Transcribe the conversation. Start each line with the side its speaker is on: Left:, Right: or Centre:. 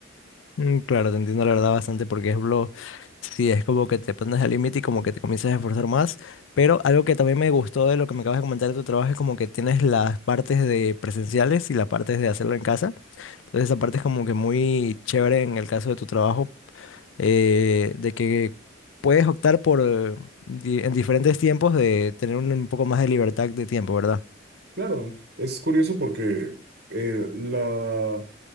Left: Mm, Claro, te entiendo la verdad bastante porque es lo, sí, es como que te pones al límite y como que te comienzas a esforzar más, pero algo que también me gustó de lo que me acabas de comentar de tu trabajo es como que tienes las partes de presenciales y las partes de hacerlo en casa, entonces esa parte es como que muy chévere en el caso de tu trabajo, eh, de que puedes optar por eh, di- en diferentes tiempos de tener un un poco más de libertad de tiempo, ¿verdad?
Right: Claro, es curioso porque eh, la,